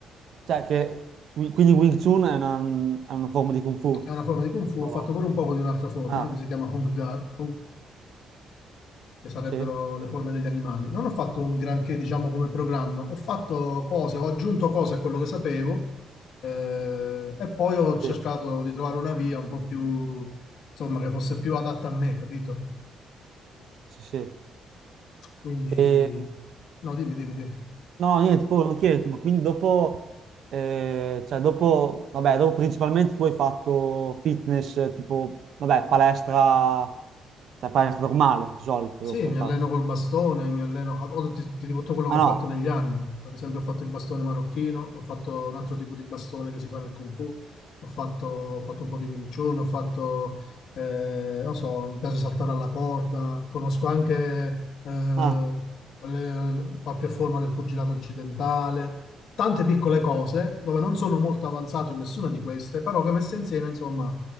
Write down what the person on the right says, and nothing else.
Cioè, che, quindi Wing Chun è una, è una forma di Kung Fu.
Oh.
Ah,
sì,
sì,
sì, sì.
E,
no, niente, poi volevo chiederti, ma quindi dopo, eh, cioè dopo, vabbè, dopo principalmente tu hai fatto fitness, eh, tipo, vabbè, palestra, cioè palestra normale, di solito
dopo
hai fatto.
Ah
no,
ah,